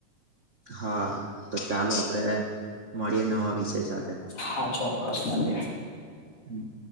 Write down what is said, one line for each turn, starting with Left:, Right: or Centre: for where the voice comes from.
Right: હા તો ચાલો આપડે મળીએ નવા વિષય સાથે
Left: હા ચોક્કસ મંદ
Right: હમ